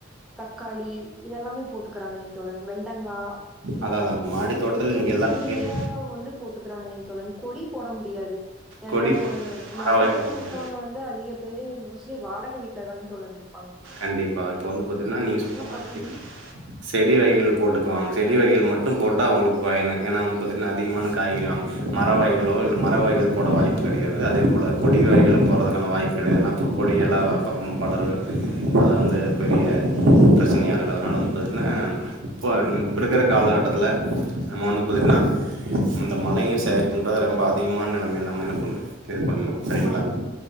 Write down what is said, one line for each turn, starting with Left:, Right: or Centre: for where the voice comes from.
Centre: தக்காளி இதெல்லாமே போட்டுக்குறாங்கெய்ங் தோழன் வெண்டங் கா
Right: அதான் அதான் மாடி தோட்டத்துல
Centre: செடி
Right: நீங்க எல்லா
Centre: செடியா
Right: வகையான
Centre: வந்து போட்டுக்கிறாங்கய்ங் தோழன் கொடி போட முடியாது ஏனா
Right: கொடி போட முடியாது, மர
Centre: நகரத்துல
Right: வகைகள் போட முடியாது.
Centre: இருக்கவங் க வந்து அதிக பேரு மோஸ்ட்லி வாடக வீட்லதாங் தோழன் ட்ருப்பாங்க
Right: கண்டிப்பா இப்ப வந்து பாத்தீட்ன்னா நீங்க சொல்ல மாரி
Centre: பாத்தீங்கன்னா
Right: <inaudible> செடி வகைகள் போட்டுக்குவாங் செடி வகைகள் மட்டு போட்டா அவுங்களுக்கு பயனு ஏனா வந்து பாத்தீட்ன்னா அதிகமான காய்கறி வாங்க மர வகைகளோ இல்ல மர வகைகள் போட வாய்ப்பு கெடையாது அதே போல கொடி வகைகளு போட்றதுக்கான வாய்ப்பு கெடையாத் ஏனா இப்போ கொடி எல்லா பக்கமு படரு அது வந்து பெரிய ப்ரெச்சனையானது அதனால வந்து பாத்தீட்ன்னா இப்போ அன் இப்ப இருக்குற காலகட்டத்தில நம்ம வந்து பாத்தீட்ன்னா நம் அந்த மழைநீர் சேகரிப் புன்றது ரொம்ப அதிகமான நெலைமையில் நம்ம என்ன பண்ணு இது பண்ணு செரிங்களா
Centre: ஆ